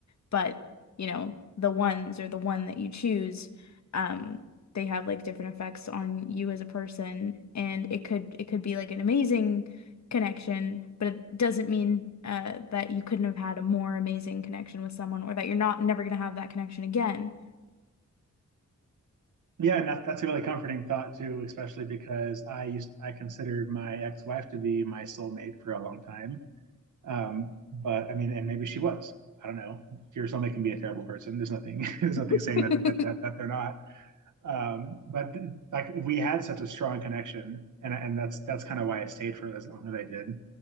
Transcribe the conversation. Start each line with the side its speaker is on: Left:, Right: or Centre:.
Left: but you know, the ones or the one that you choose, um, they have like different effects on you as a person and it could it could be like an amazing connection, but it doesn't mean uh that you couldn't have had a more amazing connection with someone or that you're not never gonna have that connection again,
Right: Yeah, and that, that's a really comforting thought too, especially because I used I considered my ex-wife to be my soulmate for a long time. Um, but I mean, and maybe she was. I don't know. Your soulmate can be a terrible person. There's nothing. <laughs> There's nothing
Left: <laughs>
Right: saying that that that, that they're not. Um, but like we had such a strong connection, and and that's that's kind of why I stayed for as long as I did.